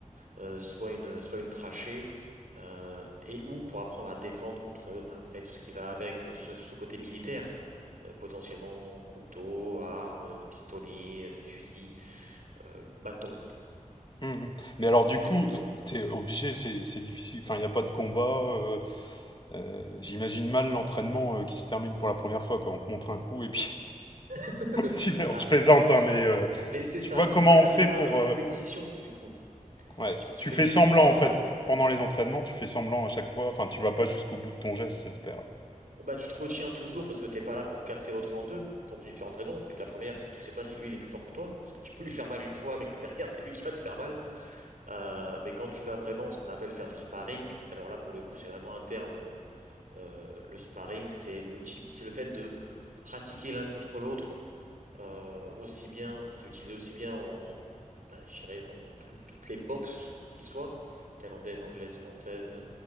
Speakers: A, on the right; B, on the left.
A: euh, soit une, soit une trachée. euh, et ou pour apprendre à défendre contre, bah, après, tout ce qui va avec euh, ce ce côté militaire euh, potentiellement couteau, arme, pistolet, euh, fusil, euh, bâton.
B: Mhm. Mais alors
A: Donc,
B: du
A: c'est
B: coup,
A: vrai.
B: euh, t'es obligé, c'est c'est difficile. Enfin, il n'y a pas de combat. euh, euh, j'imagine mal l'entraînement euh, qui se termine pour la première fois, quoi. On te montre un coup et puis
A: <laughs>
B: Tu meurs.
A: Bah,
B: Je plaisante, hein, mais euh,
A: mais c'est
B: tu
A: ça,
B: vois
A: c'est
B: comment
A: pour ça que
B: on
A: t'as
B: fait
A: t'as pas
B: pour.
A: vraiment de compétition,
B: euh,
A: du coup.
B: Ouais.
A: Tu, tu
B: Tu
A: peux
B: fais
A: difficilement
B: semblant,
A: avoir
B: en fait.
A: de...
B: Pendant les entraînements, tu fais semblant à chaque fois. Enfin, tu vas pas jusqu'au bout de ton geste, j'espère.
A: Bah, tu te retiens toujours parce que t'es pas là pour casser l'autre en deux, pour différentes raisons. C'est que la première, c'est que tu sais pas si lui, il est plus fort que toi, parce que tu peux lui faire mal une fois, mais que derrière, <laughs> c'est lui qui va te faire mal. Euh, mais quand tu vas vraiment, ce qu'on appelle faire du sparring, alors là, pour le coup, c'est vraiment un terme. euh, le sparring, c'est l'outil, c'est le fait de pratiquer l'un contre l'autre Euh, aussi bien, c'est utilisé aussi bien en, bah, je dirais dans tout- toutes les boxes qui soient, thaïlandaises, anglaises, françaises,